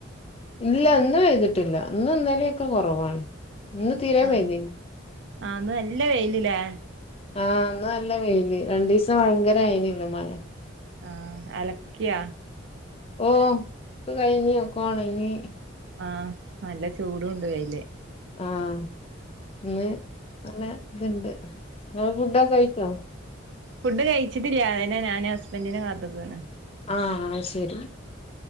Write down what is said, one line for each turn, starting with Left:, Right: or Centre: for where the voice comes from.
Left: ഇല്ല ഇന്ന് പെയ്തിട്ടില്ല ഇന്ന് ഇന്നലെ ഒക്കെ കുറവാണ് ഇന്ന് തീരെ
Right: ആഹ്
Left: പെയ്തീനി
Right: ആഹ് ഇന്ന് നല്ല വെയിലില്ലേ
Left: ആഹ് ഇന്ന് നല്ല വെയില് രണ്ടു ദിവസം ഭയങ്കര ആയിനല്ലോ മഴ
Right: ആഹ് അലക്കിയ
Left: ഓഹ് ഒക്ക കഴിഞ്ഞ് ഒക്ക ഉണങ്ങി
Right: ആഹ് നല്ല ചൂടുണ്ട് വെയില്
Left: ആഹ് ഇന്ന് നല്ല ഇത്ണ്ട് നിങ്ങ ഫുഡൊെക്കെ കഴിച്ചോ
Right: ഫുഡ് കഴിച്ചിട്ടില്ല അതിന് ഞാന് ഹസ്ബൻഡറിനെ കാത്തുനിക്കയാണ്
Left: ആഹ് അത് ശെരി